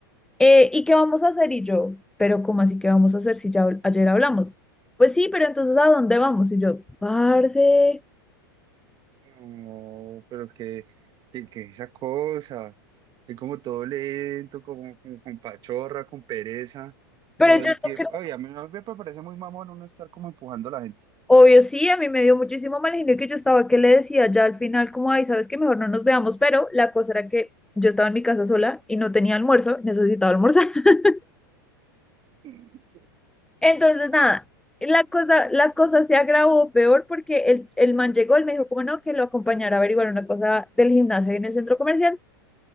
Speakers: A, in the centre; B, on the right.
A: Eh, ¿y qué vamos a hacer? Y yo, pero ¿cómo así que vamos a hacer si ya habl- ayer hablamos? Pues sí, pero entonces ¿a dónde vamos? Y yo, parce.
B: no, pero que, que, que esa cosa, que como todo lento, como, como con pachorra, con pereza,
A: Pero
B: todo
A: yo
B: el tiempo.
A: no creo,
B: Ay, a mí, a mí me parece muy mamón uno estar como empujando a la gente.
A: obvio sí, a mí me dio muchísimo mal genio que yo estaba que le decía ya al final como, ay, sabes que mejor no nos veamos, pero la cosa era que yo estaba en mi casa sola y no tenía almuerzo, necesitaba almorzar. <laughs>
B: <laughs>
A: Entonces nada, la cosa, la cosa se agravó peor porque el, el man llegó, él me dijo como no, que lo acompañara a averiguar una cosa del gimnasio ahí en el centro comercial.